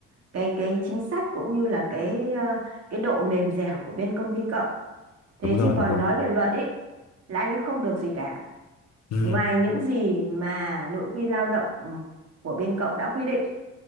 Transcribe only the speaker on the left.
đúng rồi,
đúng rồi.
Ừ,